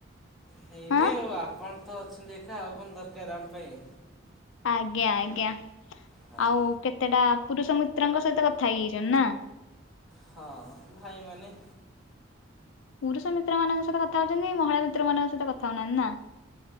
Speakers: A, in the centre; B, on the left.
A: ହେଇନି
B: ହଁ
A: ଆଉ ଆପଣ। ତ ଅଛନ୍ତି ଏକା ଆଉ କଣ ଦରକାର ଆମ ପାଇଁ।
B: ଆଜ୍ଞା ଆଜ୍ଞା
A: ହଁ
B: ଆଉ କେତେଟା ପୁରୁଷ ମିତ୍ରଙ୍କ ସହିତ କଥା ହେଇ ଯାଇଛନ୍ତି ନା।
A: ହଁ ଭାଇମାନେ
B: ପୁରୁଷ ମିତ୍ର ମାନଙ୍କ ସହିତ କଥା ହଉଛନ୍ତି କି ମହିଳା ମିତ୍ର ମାନଙ୍କ ସହିତ କଥା ହଉନାହାନ୍ତି ନା।